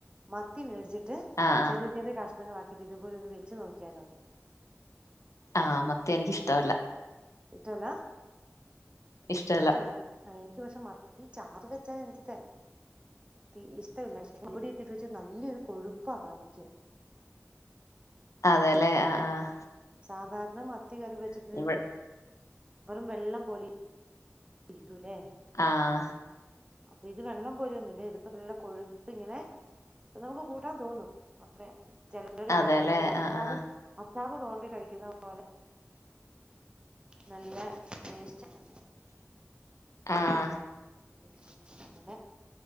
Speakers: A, on the right (about 20°); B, on the left (about 80°).
A: മത്തി മേടിച്ചിട്ട്
B: ആഹ് ആഹ്
A: ചെറിയ ചെിയ കഷങ്ങളാക്കിട്ട് ഇതുപോലെ ഒന്ന് വെച്ചു നോക്കിയാലോന്ന്.
B: ആഹ് മത്തി എനിക്കിഷ്ടമല്ല.
A: ഇഷ്ടല്ല?
B: ഇഷ്ടവല്ല
A: പക്ഷെ എനി ആഹ് എനിക്ക് പക്ഷെ മത്തി ചാറ് വെച്ചാ ഞാൻ എനിക്ക് ത്തി ഇഷ്ടമില്ല പക്ഷെ മല്ലിപ്പൊടിയൊക്കെ ഇട്ട് വെച്ചാ നല്ലൊരു കൊഴുപ്പാ കാണിച്ചേ.
B: അതേല്ലെ ആഹ് ആഹ്
A: സാധാരണ മത്തി കറി വെച്ച്ട്ട്
B: <unintelligible>
A: വെറും വെള്ളം പൊലെയി രിക്കൂലേ?
B: ആഹ്
A: അപ്പൊ ഇത് വെള്ളം പോലൊന്നുല്ല ഇതിപ്പോ നല്ല കൊഴുത്ത്ങ്ങനെ ഇത്‌ നമുക്ക് കൂട്ടാൻ തോന്നും. അവിടെ ചെലര്
B: അതെല്ലേ
A: പറയുന്നമാരി ഈ അച്ചാറ്
B: ആഹ് ആഹ്
A: അച്ചാറ് തോണ്ടി കഴിക്കുന്ന പോലെ നല്ല ടേസ്റ്റാണ്.
B: ആഹ്
A: അങ്ങനെ